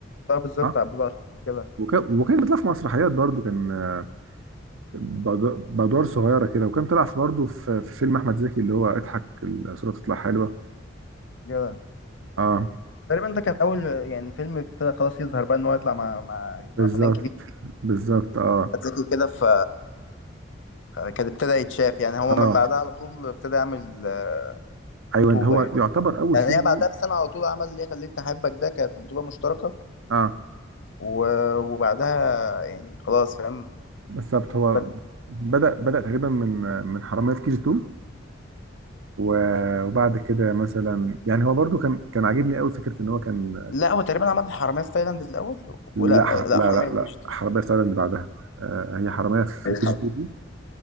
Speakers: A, on the left (about 70°); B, on the right (about 80°).
A: طب بالظبط
B: اه
A: عبود على كده
B: وكان وكان بيطلع في مسرحيات برضو كان آه، بأد- بادوار صغيره كده وكان طلع في برضو في في فيلم احمد زكي اللي هو اضحك الصوره تطلع حلوه
A: كده
B: اه
A: تقريبا ده كان اول يعني فيلم ابتدى خلاص يظهر بقى ان هو يطلع مع مع مع
B: بالظبط
A: فنان كبير
B: بالظبط اه
A: زكي كده ف كان ابتدى يتشاف يعني هو
B: اه
A: من بعدها على طول ابتدى يعمل آه،
B: ايوه
A: بطوله
B: هو
A: يعني
B: يعتبر اول
A: يعني
B: فيلم
A: هي
B: ليه-
A: بعدها بسنه على طول عمل ليه خليتني احبك ده كانت بطوله مشتركه
B: اه
A: و... وبعدها يعني خلاص فاهم
B: بالظبط هو
A: بد...
B: بدأ بدأ تقريبا من من حرامية في كي جي 2 و- وبعد كده مثلا يعني هو برضو كان كان عاجبني قوي فكرة ان هو كان
A: لا هو تقريبا عمل حراميه في تايلاند الاول
B: لا
A: ولا
B: ح-
A: لا
B: لا
A: حراميه
B: لا
A: في
B: لا
A: كي جي
B: حرامية في تايلاند بعدها آه، هي حرامية في
A: 2
B: كي جي 2 دي